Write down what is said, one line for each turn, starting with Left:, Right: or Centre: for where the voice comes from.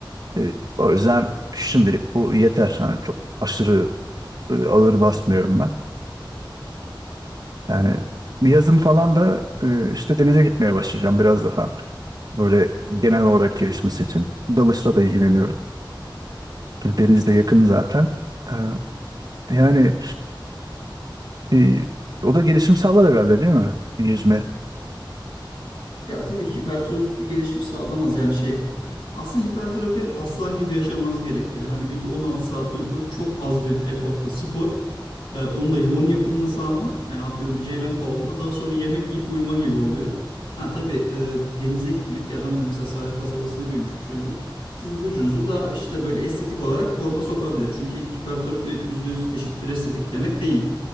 Right: E, o yüzden şimdilik bu yeter. Hani çok aşırı e, ağır basmıyorum ben. Yani yazın falan da e, işte denize gitmeye başlayacağım biraz daha. Böyle genel olarak gelişmesi için. Dalışla da ilgileniyorum. Deniz de yakın zaten. E, yani e, o da gelişim sağlar herhalde değil mi? Bir Yüzme.
Left: Ya tabii hipertrofik bir gelişim sağlamaz. Yani şey yani aslında hipertrofi aslan gibi yaşamanızı gerektiriyor. Hani günde 16 saat uyku, çok az bir efortla spor. Ee, onun da yoğun yapılması ama yani atıyorum bir ceylan kovalama daha sonra yemek yiyip uyuma gibi oluyor. Ha tabii e, denize gitmek ya ben de mesela sahil kasabasında büyümüş bir çocuğum. Siz vücudunuzu daha işte böyle estetik olarak forma sokabilir. Çünkü hipertrofi %100 eşittir estetik demek değil.